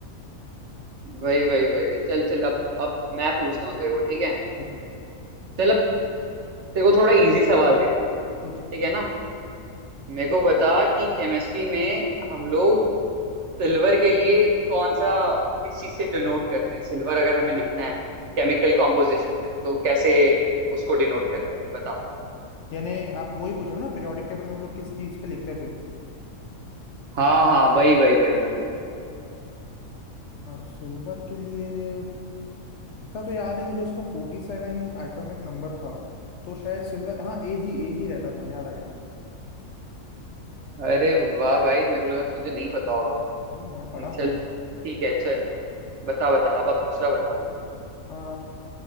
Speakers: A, on the right (about 60°); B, on the left (about 60°).
A: वही वही वही वही चल चल अब अब मैं पूछता हूँ तेरे को ठीक है
B: पूछो
A: चल अब तेरे को थोड़ा इजी सवाल देता हूँ
B: पूछो
A: ठीक है ना मेरे को बता कि केमिस्ट्री में हम लोग सिल्वर के लिए कौन सा किस चीज से डिनोट करते हैं सिल्वर अगर हमें लिखना है केमिकल कॉम्पोजिशन में तो कैसे उसको डिनोट करते हैं बता
B: यानी आप वही पूछ रहे हो ना पीरियोडिक टेबल में हम लोग किस चीज पे लिखते थे
A: हाँ हाँ वही वही वही वही
B: सिल्वर के लिए इतना तो याद है मुझे उसका फोर्टी सेवन एटॉमिक नंबर था तो शायद सिल्वर हाँ एजी एजी रहता था याद आ गया
A: अरे वाह भाई मेरे को लगा तुझे नहीं पता होगा
B: नहीं मैं पढ़ा
A: चल
B: हूँ
A: ठीक है चल बता बता अब अब दूसरा बता
B: अ,